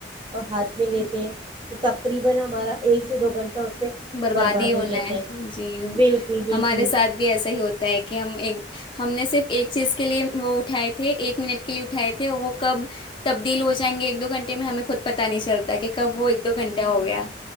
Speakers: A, on the right (about 30°); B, on the left (about 25°).
A: اور ہاتھ میں لیتے ہیں تو تقریبا ہمارا ایک سے دو گھنٹہ ہو پہ
B: برباد ہی ہونا
A: جاتا
B: ہے جی
A: بالکل بالکل
B: ہمارے ساتھ بھی ایسا ہی ہوتا ہے کہ ہم ایک ہم نے صرف ایک چیز کے لیے منہ اٹھائے تھے ایک منٹ کے لیے اٹھائے تھے اور وہ کب تبدیل ہو جائیں گے ایک دو گھنٹے میں ہمیں خود پتا نہیں چلتا کہ کب وہ دو گھنٹہ ہو گیا